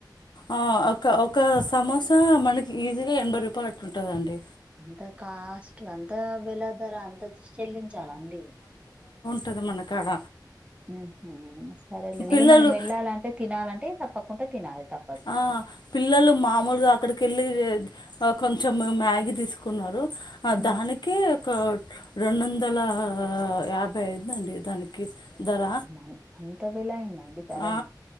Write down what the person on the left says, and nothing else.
ఆ ఒక ఒక సమోసా ఈజీగా ఎన్ భై రూపాయ్లట్ ఉంటదండి
టది మన కాడ
పిల్లలు
ఆ పిల్లలు మామూలుగా అక్కడికెళ్ళి కొంచెం మ్యాగీ తీసుకున్నారు ఆ
దానికే ఒక రెండొందల యాభై అయిందండి దానికి ధర
ఆ,